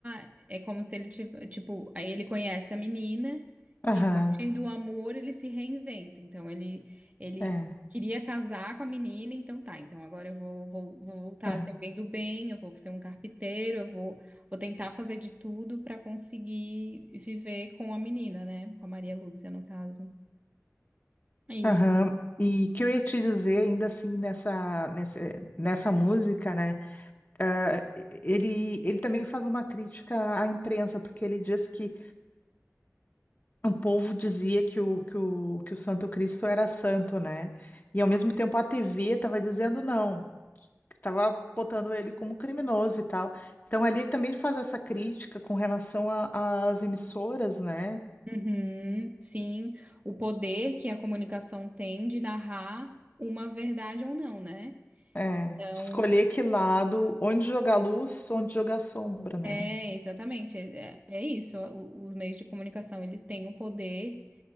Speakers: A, on the right; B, on the left.
A: blá. É como se ele tivesse. Tipo, aí ele conhece a menina
B: aham,
A: e a partir do amor ele se reinventa. Então, ele, ele
B: é.
A: queria casar com a menina, então tá. Então, agora eu vou, vou, vou voltar
B: aham.
A: a ser alguém do bem, eu vou ser um carpinteiro, eu vou, vou tentar fazer de tudo pra conseguir viver com a menina, né? Com a Maria Lúcia, no caso. E.
B: Aham. E que eu ia te dizer, ainda assim, nessa, nesse- nessa música, né? ah, ele, ele também faz uma crítica à imprensa, porque ele diz que o povo dizia que o, que o, que o Santo Cristo era santo, né? E ao mesmo tempo a TV estava dizendo não, estava botando ele como criminoso e tal. Então ali ele também faz essa crítica com relação a- às emissoras, né?
A: Uhum, sim, o poder que a comunicação tem de narrar uma verdade ou não, né?
B: É,
A: Então,
B: de escolher que lado, onde jogar luz, onde jogar sombra, né?
A: é exatamente, é, é é isso. o- os meios de comunicação, eles têm o poder